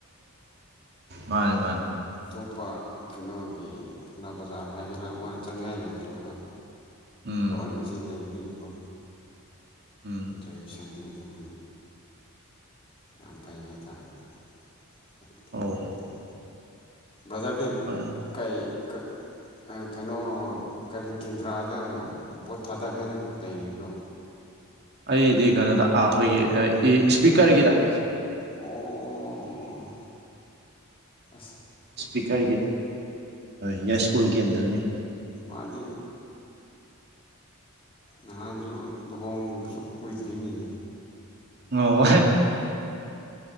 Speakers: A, on the right (about 50°); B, on the left (about 25°).
A: ꯃꯥꯅꯦ ꯃꯥꯅꯦ
B: ꯑꯇꯄ ꯀꯩꯅꯣꯒꯤ ꯄꯥꯎꯅꯥ ꯕꯖꯥꯔ ꯍꯥꯏꯒꯦꯔꯥ ꯃꯣꯏꯗ ꯆꯠꯅꯤꯡꯉꯥꯏ ꯂꯩꯇ꯭ꯔꯦꯕ
A: ꯎꯝ
B: ꯂꯣꯏꯅ ꯁꯤ ꯂꯩꯗꯣꯏꯅꯀꯣ
A: ꯎꯝ
B: ꯖꯣꯏꯒꯤ ꯁꯟꯗꯤꯤ ꯑꯗꯨꯝ ꯌꯥꯝ ꯐꯩ ꯍꯥꯏꯇꯥꯥꯔꯦꯅꯦ ꯑꯩꯣꯏ ꯀꯦꯟꯗ꯭ꯔꯥꯒꯤꯗꯤ
A: ꯑꯧ
B: ꯕꯖꯔꯔ
A: ꯃꯥꯅꯤ
B: ꯀ ꯀ ꯀꯩꯅꯣ ꯀꯔꯤ ꯀꯦꯟꯗ꯭ꯔꯥꯗ ꯚꯣꯠ ꯊꯥꯗꯒꯦꯅ ꯂꯩꯔꯤꯕꯅꯣ
A: ꯑꯩꯗꯤ ꯀꯩꯅꯣꯗ ꯑꯩꯈꯣꯏꯒꯤ ꯏꯁꯄꯤꯀꯔꯒꯤꯗ
B: ꯑꯣ ꯑ
A: ꯏꯁꯄꯤꯀꯔꯒꯤꯗ ꯍꯣꯏ ꯌꯥꯏꯁ꯭ꯀꯨꯜ ꯀꯦꯟꯗ꯭ꯔꯅꯤ
B: ꯃꯥꯗꯤ ꯅꯍꯥꯟꯁꯨ ꯂꯨꯍꯣꯡꯕꯁꯨ ꯀꯨꯏꯗ꯭ꯔꯤꯅꯦꯍꯦ
A: ꯑꯣ